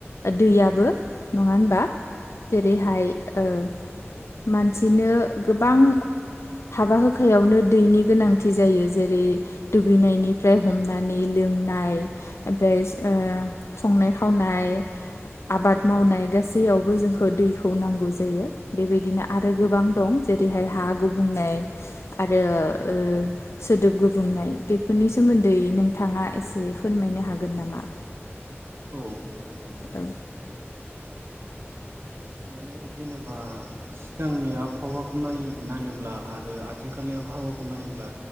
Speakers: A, on the left; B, on the right.
A: दैयाबो नङा होनबा? जेरैहाय
B: औ नंगौ
A: ओ मानसिनो गोबां हाबा होखायावनो दैनि गोनांथि जायो जेरै दुगैनायनिफ्राय हमनानै लोंनाय ओमफ्राय ओह संनाय खावनाय आबाद मावनाय गासैयावबो जोंखौ दैखौ नांगौ जायो बेबायदिना
B: औ
A: आरो गोबां दं जेरैहाय हा गुबुंनाय आरो ओ सोदोब गुबुंनाय बेफोरनि सोमोन्दै नोंथाङा एसे फोरमायनो हागोन नामा?
B: औ फोरमायगोन।
A: औ।
B: माने जेनोबा सिगांनि आबहावाखौ नायो नायोब्ला आरो आथिंखालनि आबहावाखौ नायोब्ला